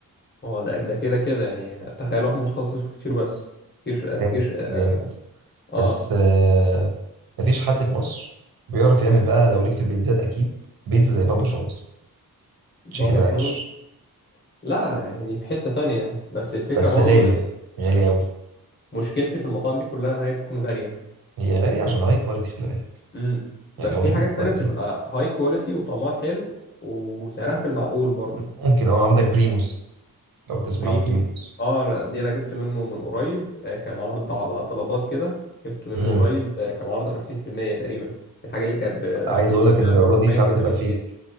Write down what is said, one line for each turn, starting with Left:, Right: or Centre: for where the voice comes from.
Left: هو ده ده كده كده يعني تخيل واحد متخصص في كتير بس كتير
Right: جامد
Left: كتير اه
Right: جامد
Left: آه،
Right: بس آه، مفيش حد في مصر بيعرف يعمل بقى لو ليك في البيتزات اكيد بيتزا زي بابا جونز
Left: بابا
Right: تشيكن رانش
Left: جونز لا يعني دي في حته تانية بس الفكره
Right: بس
Left: برضو
Right: غالي
Left: يعني
Right: غالي قوي
Left: مشكلتي في المطاعم دي كلها انها هي بتكون غاليه
Right: هي غاليه عشان هاي كواليتي خلي بالك
Left: امم
Right: يعني
Left: بس
Right: هو
Left: في
Right: بيجيب
Left: حاجات
Right: كواليتي
Left: تانية بتبقى هاي كواليتي وطعمها حلو وسعرها في المعقول برضه
Right: ممكن اه عندك بريموس لو تسمع
Left: بريمو
Right: عن بريموس
Left: اه أنا- دي انا جبت منه من قريب آه، كان عرض على طلبات كده جبت منه
Right: امم
Left: قريب آه، كان عرض 50% تقريبا الحاجة اللي كانت ب
Right: عايز
Left: 300
Right: اقول لك
Left: ل
Right: ان العروض
Left: 400
Right: دي ساعات
Left: جبتها
Right: بتبقى
Left: ب 200
Right: فيك